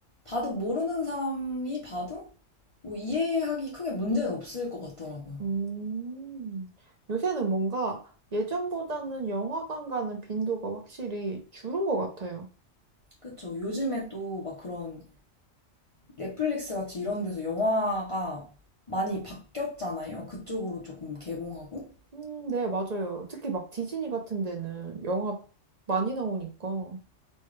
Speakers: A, on the left; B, on the right.
A: 바둑 모르는 사람이 봐도 뭐 이해하기 크게 문제는 없을 것 같더라고요.
B: 음, 요새는 뭔가 예전보다는 영화관 가는 빈도가 확실히 줄은 것 같아요.
A: 그쵸. 요즘에 또 막 그런 넷플릭스 같이 이런 데서 영화가 많이 바뀌었잖아요. 그쪽으로 조금 개봉하고.
B: 음, 네, 맞아요. 특히 막 디즈니 같은 데는 영화 많이 나오니까.